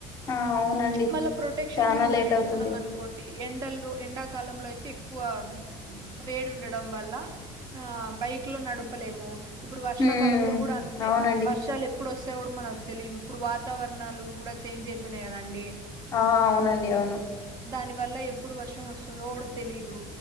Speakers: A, on the left (about 30°); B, on the right (about 30°).
A: ఆ అవునండి
B: మళ్ళా ప్రొటెక్షన్
A: చానా
B: గురించి
A: లేట్
B: చూసుకున్నాం
A: అవుతుంది
B: అనుకోండి ఎండల్లో ఎండాకాలంలో అయితే ఎక్కువ వేడి ఉండడం వల్ల ఆ బైక్ లో నడుపలేము ఇప్పుడు వర్షాకాలంలో
A: హ్మ్
B: కూడా
A: అవునండి
B: వర్షాలిపు ఇప్పుడు వస్తేయి కూడా మనకు తెలివు ఇప్పుడు వాతావరణాలు కూడా చేంజ్ అయిపోయినాయి కదండి
A: ఆ అవునండి అవును
B: దా వల్ల ఎప్పుడు వర్షం వస్తుందో తెలీదు